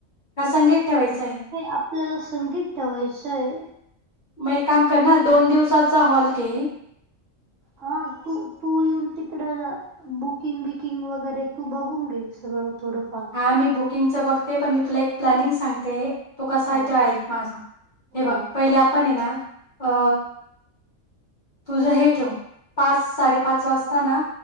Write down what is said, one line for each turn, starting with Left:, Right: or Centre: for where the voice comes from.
Left: का संगीत ठेवायचं आहे?
Right: आपल्याला संगीत ठेवायचंय
Left: मग एक काम कर ना दोन दिवसाचा हॉल घे
Right: हा तू तू येऊन तिकडं बुकिंग बिकिंग वगैरे तू बघून घे सगळं थोडंफार
Left: हा मी बुकिंगच बघते पण मी तुला एक प्लॅनिंग सांगते तू कसा
Right: हा
Left: आहे त ऐक माझा हे
Right: हा
Left: बघ पहिले आपण आहे ना अ तुझं हे ठेवू पाच साडे पाच वाजता ना